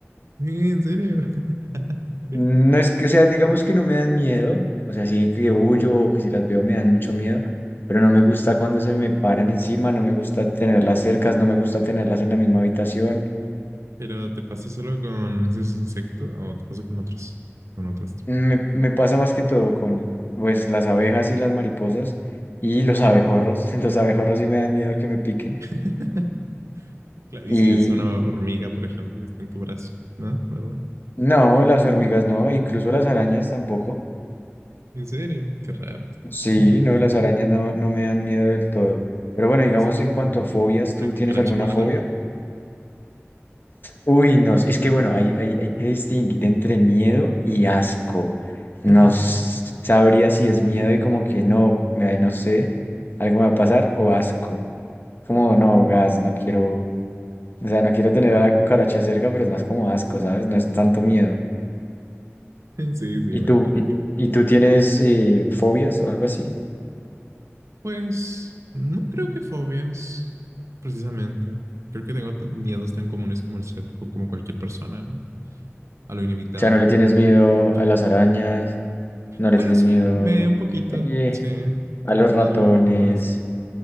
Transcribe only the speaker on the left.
Mm, No es que, o sea, digamos que no me dan miedo, o sea, sí que huyo o que si las veo me dan mucho miedo, pero no me gusta cuando se me paran encima, no me gusta tenerlas cercas, no me gusta tenerlas en la misma habitación.
Me, me pasa más que todo con pues las abejas y las mariposas y los abejorros. <laughs> Los abejorros sí me dan miedo que me piquen.
Y
no, las hormigas no, e incluso las arañas tampoco.
Sí,
no, las arañas no, no me dan miedo del todo. Pero bueno, digamos
en cuanto a fobias,
¿tú
tienes alguna
fobia? Uy, no, es que bueno, hay, hay, hay que distinguir entre miedo y asco. No
s- sabría si es miedo y como que no, me- no sé, algo me va a pasar o asco. como, no, gas, no quiero, o sea, no quiero tener a la cucaracha cerca, pero es más como asco, ¿sabes? No es tanto miedo.
¿Y
tú? ¿Y,
y tú tienes eh, fobias o algo así?
O sea, ¿no le tienes
miedo
a las arañas? ¿No le
tienes
miedo
eh,
a los ratones?